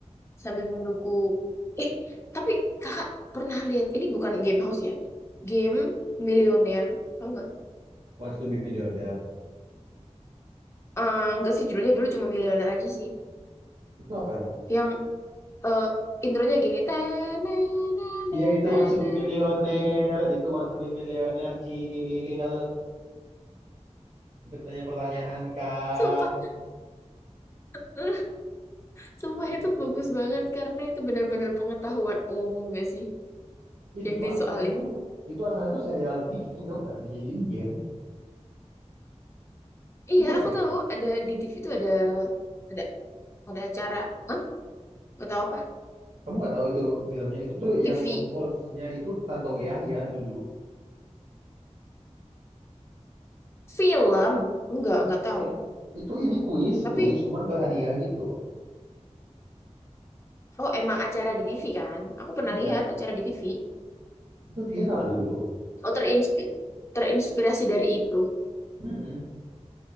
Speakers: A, on the left; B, on the right.
A: sambil menunggu eh tapi kakak pernah lihat ini bukan game house ya game milioner tau nggak
B: Wants to be Millionaire.
A: Eh nggak sih judulnya dulu cuma milioner aja sih
B: Itu apa emang?
A: yang eh, intronya gini "Tanananananana."
B: Iya itu Wants to be Millionaire, itu Wants to be Millionaire, Cil. Itu pertanyaan-pertanyaan kan.
A: sumpah <laughs> sumpah
B: Ya itu.
A: itu bagus banget karena itu benar-benar pengetahuan umum gak sih
B: Itu
A: yang
B: tuh
A: disoalin
B: asalnya tuh, itu asalnya tuh serial di TV tau nggak? Dijadiin game.
A: iya
B: Kamu nggak
A: aku
B: tahu itu?
A: tahu ada di TV itu ada ada ada acara ah nggak tahu apa
B: Kamu nggak tahu itu filmnya itu tuh
A: TV
B: yang hostnya itu Tantowi Yahya dulu.
A: film enggak
B: Bukan
A: nggak tahu
B: film. Itu ini kuis,
A: tapi
B: kuis, cuman berhadiah gitu.
A: Oh, emang acara di TV kan? Aku pernah
B: Iya,
A: lihat acara di TV.
B: itu viral dulu.
A: Oh, terinspi- terinspirasi dari itu.
B: Mm-mm.